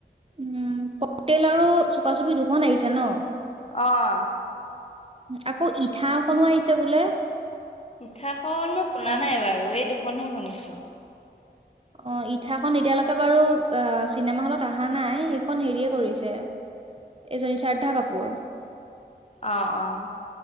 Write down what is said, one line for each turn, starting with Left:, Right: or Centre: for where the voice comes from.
Right: উম, ক'কতেল আৰু চুপা -চুপি দুখন আহিছে ন'?
Left: অহ
Right: আকৌ ইঠাখনো আহিছে বোলে?
Left: ইঠাখন মই শুনা
Right: অ
Left: নাই বাৰু এই দুখনহে শুনিছো।
Right: অহ, ইঠাখন এতিয়ালৈকে বাৰু বা চিনেমা হলত আহা নাই সেইখন হেৰিয়ে কৰিছে এইজনী শ্ৰদ্ধা কাপুৰ।
Left: অহ- অহ।